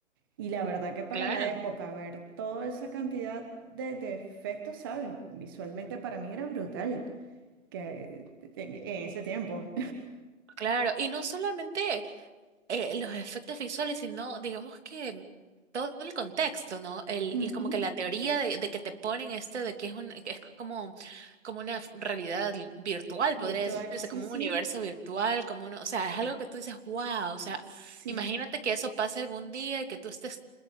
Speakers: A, on the right; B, on the right.
A: Y la verdad que para
B: claro,
A: la época, ver toda esa cantidad de, de efectos, ¿sabes? Visualmente para mí era brutal, que en, en ese tiempo.
B: claro. Y no solamente eh, los efectos visuales, sino digamos que todo el contexto, ¿no? El,
A: <laughs> Ujú.
B: el- como que la teoría de, de que te ponen esto de que es un, es como, como una f- realidad virtual,
A: Virtual,
B: podría decirse,
A: sí,
B: como
A: sí,
B: un universo virtual, como uno, o sea, es algo que tú dices, wow, o sea,
A: sí.
B: imagínate que eso pase algún día y que tú estés